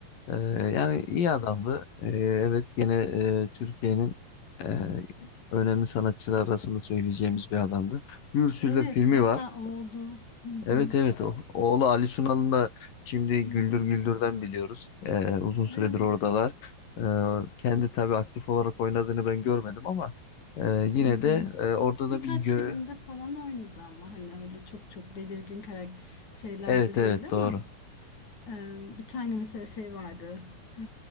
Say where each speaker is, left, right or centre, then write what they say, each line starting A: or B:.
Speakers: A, on the left (about 65°); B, on the left (about 50°).
A: E, yani iyi adamdı. E, evet gene e, Türkiye'nin e, önemli sanatçılar arasında söyleyeceğimiz bir adamdı. Bir sürü
B: Evet
A: de filmi
B: hatta
A: var.
B: oğlu. Hı hı.
A: Evet evet o, oğlu Ali Sunal'ın da şimdi
B: Hı
A: Güldür
B: hı.
A: Güldür'den biliyoruz. Ee, uzun süredir
B: Evet.
A: oradalar. Ee, kendi tabii aktif olarak oynadığını ben görmedim ama e, yine
B: Hı hı.
A: de e, orada
B: Birkaç
A: da bir yö...
B: filmde falan oynadı ama hani öyle çok çok belirgin karakter şeylerde
A: Evet evet
B: değil ama
A: doğru.
B: e, bir tane mesela şey vardı. E,